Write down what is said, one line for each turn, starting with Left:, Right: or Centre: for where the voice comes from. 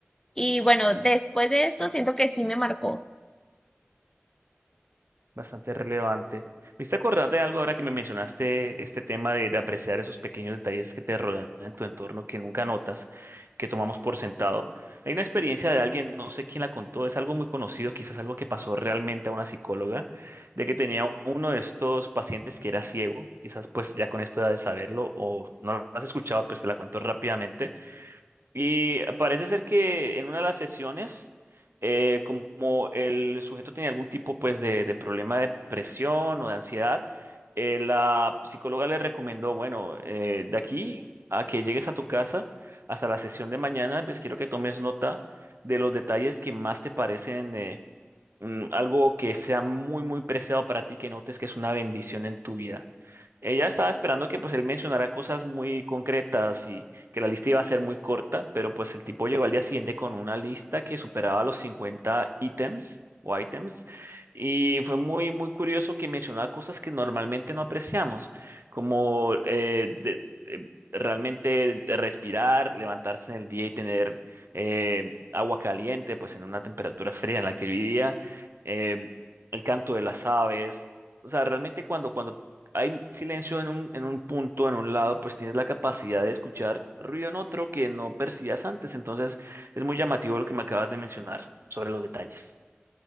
Left: Y bueno, después de esto siento que sí me marcó.
Right: Bastante relevante. ¿Me hiciste acordar de algo ahora que me mencionaste este tema de, de apreciar esos pequeños detalles que te rodean en tu entorno que nunca notas, que tomamos por sentado? Hay una experiencia de alguien, no sé quién la contó, es algo muy conocido, quizás algo que pasó realmente a una psicóloga, de que tenía uno de estos pacientes que era ciego, quizás pues ya con esto ya de saberlo o no lo has escuchado, pues te la cuento rápidamente. Y parece ser que en una de las sesiones, eh, como el sujeto tenía algún tipo pues de, de problema de depresión o de ansiedad, eh, la psicóloga le recomendó, bueno, eh, de aquí a que llegues a tu casa hasta la sesión de mañana, pues quiero que tomes nota de los detalles que más te parecen eh, mm, algo que sea muy, muy preciado para ti, que notes que es una bendición en tu vida. Ella estaba esperando que pues él mencionara cosas muy concretas y que la lista iba a ser muy corta, pero pues el tipo llegó al día siguiente con una lista que superaba los 50 ítems o ítems y fue muy, muy curioso que mencionaba cosas que normalmente no apreciamos, como eh, de- eh, realmente de respirar, levantarse en el día y tener eh, agua caliente, pues en una temperatura fría en la que vivía eh, el canto de las aves. O sea, realmente cuando, cuando hay silencio en un, en un punto, en un lado, pues tienes la capacidad de escuchar ruido en otro que no percibías antes. Entonces, es muy llamativo lo que me acabas de mencionar sobre los detalles.